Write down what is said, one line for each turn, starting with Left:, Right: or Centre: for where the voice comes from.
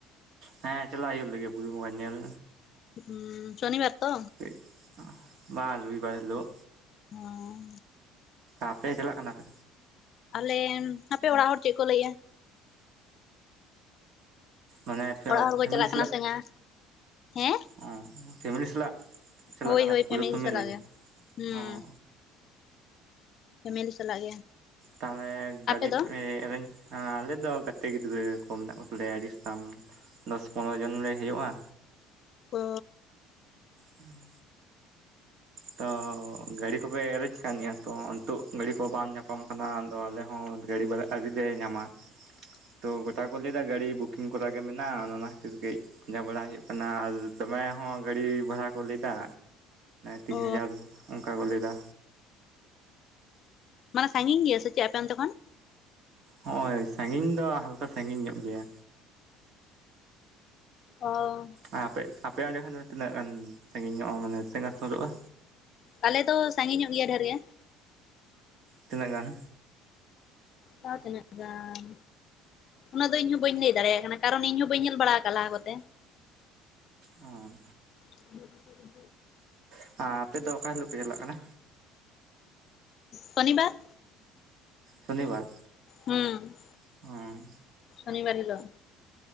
Right: ᱦᱮᱸ ᱪᱟᱞᱟᱜ ᱦᱩᱭᱩᱜ ᱞᱟᱹᱜᱤᱜ ᱵᱩᱨᱩ ᱵᱚᱸᱜᱟ ᱧᱮᱞ᱾
Left: ᱦᱩᱸ ᱥᱚᱱᱤᱵᱟᱨ ᱛᱚ,
Right: <unintelligible> ᱵᱟᱝ ᱨᱩᱵᱤᱵᱟᱨ ᱦᱤᱞᱳᱜ,
Left: ᱦᱚᱸ
Right: ᱟᱯᱮ ᱪᱟᱞᱟᱜ ᱠᱟᱱᱟ ᱯᱮ?
Left: ᱟᱞᱮ-ᱱ ᱦᱟᱯᱮ ᱚᱲᱟᱜ ᱦᱚᱲ ᱪᱮᱜ ᱠᱚ ᱞᱟᱹᱭ ᱮᱜ-ᱟ᱾
Right: ᱢᱟᱱᱮ
Left: ᱚᱲᱟᱜ ᱦᱚᱲ ᱠᱚ
Right: ᱯᱷᱮᱢᱮᱞᱤ
Left: ᱪᱟᱞᱟᱜ ᱠᱟᱱᱟ ᱥᱮ ᱵᱟᱝᱟ᱾ ᱦᱮᱸ
Right: ᱚᱸ ᱯᱷᱮᱢᱮᱞᱤ ᱥᱟᱞᱟᱜ ᱪᱟᱞᱟᱜ
Left: ᱦᱳᱭ
Right: ᱠᱟᱱᱟ
Left: ᱦᱳᱭ
Right: ᱠᱚ ᱯᱩᱨᱟᱹ ᱯᱷᱮᱢᱮᱞᱤ,
Left: ᱥᱟᱞᱟᱜ ᱜᱮ ᱦᱩᱸ
Right: ᱚᱸ
Left: ᱯᱷᱮᱢᱮᱞᱤ ᱥᱟᱞᱟᱜ ᱜᱮ᱾
Right: ᱛᱟᱦᱚᱞᱮ ᱜᱟᱨᱤᱯ
Left: ᱟᱯᱮ ᱫᱚ?
Right: ᱮᱸ ᱮᱨᱮᱸᱧᱡᱼᱼ ᱦᱟᱸ ᱟᱞᱮ ᱫᱚ ᱜᱟᱛᱮ ᱜᱤᱫᱽᱨᱟᱹ ᱠᱚ ᱢᱮᱱᱟᱜ ᱠᱚᱛᱟᱞᱮᱭᱟ ᱟᱹᱰᱤ ᱟᱥᱛᱟᱢ ᱫᱚᱥ-ᱯᱚᱱᱨᱚ ᱡᱚᱱ ᱞᱮ ᱦᱳᱭᱩᱜ-ᱟ᱾
Left: ᱚᱻ
Right: ᱦᱩᱸ ᱛᱚ ᱜᱟᱹᱰᱤ ᱠᱚᱯᱮ ᱮᱨᱮᱡ ᱠᱟᱱ ᱜᱮᱭᱟ ᱛᱚ ᱱᱤᱛᱚᱜ ᱜᱟᱹᱰᱤ ᱠᱚ ᱵᱟᱢ ᱧᱟᱯᱟᱢ ᱠᱟᱱᱟ ᱟᱫᱚ ᱟᱞᱮ ᱦᱚᱸᱼᱼ ᱜᱟᱹᱲᱤ ᱵᱟᱞᱟ ᱟᱹᱣᱨᱤ ᱞᱮ ᱧᱟᱢᱟ
Left: <inaudible>
Right: ᱛᱚ ᱜᱚᱴᱟ ᱠᱚ ᱞᱟᱹᱭᱫᱟ ᱜᱟᱹᱲᱤ ᱵᱩᱠᱤᱝ ᱠᱚᱨᱟ ᱜᱮ ᱢᱮᱱᱟᱜᱼᱟ ᱚᱱᱟ ᱚᱱᱟ ᱠᱷᱟᱹᱛᱤᱨ ᱠᱟᱹᱡᱼᱼ ᱯᱟᱸᱡᱟ ᱵᱟᱲᱟ ᱦᱩᱭᱩᱜ ᱠᱟᱱᱟ ᱟᱨ ᱫᱚᱢᱮ ᱦᱚᱸ ᱜᱟᱹᱲᱤ ᱵᱷᱟᱲᱟ ᱠᱚ ᱞᱮᱭᱫᱟ ᱛᱤᱱ
Left: ᱚ
Right: ᱦᱟᱡᱟᱨ ᱚᱝᱠᱟ ᱠᱚ ᱞᱟᱹᱭᱫᱟ
Left: ᱢᱟᱱᱮ ᱥᱟᱺᱜᱤᱧ ᱜᱮᱭᱟ ᱥᱮ ᱪᱮᱜ ᱟᱯᱮ ᱚᱱᱛᱮ ᱠᱷᱚᱱᱼᱼ
Right: ᱦᱳᱭ ᱥᱟᱺᱜᱤᱧ ᱫᱚ ᱦᱟᱞᱠᱟ ᱥᱟᱺᱜᱤᱧ ᱧᱚᱜ ᱜᱮᱭᱟ
Left: ᱚᱻ
Right: ᱟᱨ ᱟᱯᱮ ᱟᱯᱮ ᱚᱸᱰᱮ ᱠᱷᱟᱱ ᱫᱚ ᱛᱤᱱᱟᱹᱜ ᱜᱟᱱ ᱥᱟᱺᱜᱤᱧᱚᱜᱼᱟ ᱢᱟᱱᱮ ᱛᱤᱱᱟᱹᱜ ᱥᱩᱨᱩᱜᱼᱟ
Left: ᱟᱞᱮ ᱫᱚ ᱥᱟᱺᱜᱤᱧᱚᱜ ᱜᱮᱭᱟ ᱰᱷᱮᱨ ᱜᱮᱼᱼ
Right: ᱛᱤᱱᱟᱹᱜ ᱜᱟᱱᱼᱼ
Left: ᱛᱟᱣ ᱛᱤᱱᱟᱹᱜ ᱜᱟᱱᱼᱼ ᱩᱱᱟᱜ ᱫᱚ ᱤᱧ ᱦᱚᱸ ᱵᱟᱹᱧ ᱞᱮᱭ ᱫᱟᱲᱮᱭᱟᱜ ᱠᱟᱱᱟ ᱠᱟᱨᱚᱱ ᱤᱧ ᱦᱚᱸ ᱵᱟᱹᱧ ᱧᱮᱞ ᱵᱟᱲᱟ ᱟᱠᱟᱜᱼᱟ ᱞᱟᱦᱟ ᱠᱚ ᱛᱮᱼᱼ
Right: ᱚᱻ
Left: <inaudible>
Right: <unintelligible> ᱟᱯᱮ ᱫᱚ ᱚᱠᱟ ᱦᱤᱞᱳᱜ ᱯᱮ ᱪᱟᱞᱟᱜ ᱠᱟᱱᱟ
Left: ᱥᱚᱱᱤᱵᱟᱨ
Right: ᱥᱚᱱᱤᱵᱟᱨ
Left: ᱦᱩᱸ
Right: ᱚᱸ
Left: ᱥᱚᱱᱤ ᱵᱟᱨ ᱦᱤᱞᱳᱜ